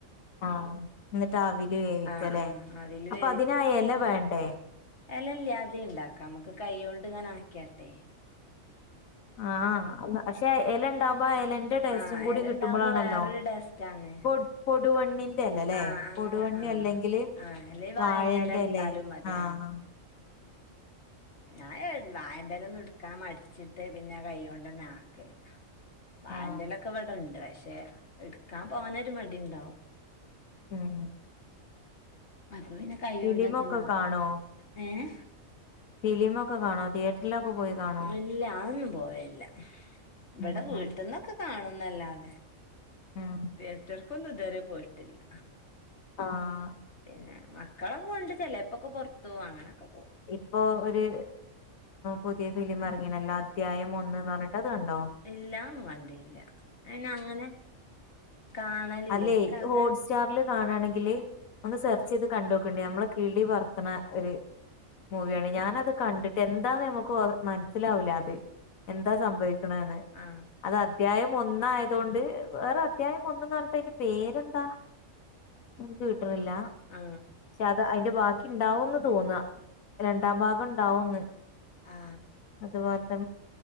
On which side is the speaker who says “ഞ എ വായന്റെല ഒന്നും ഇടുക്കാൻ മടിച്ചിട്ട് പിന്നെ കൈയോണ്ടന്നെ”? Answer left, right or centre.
Left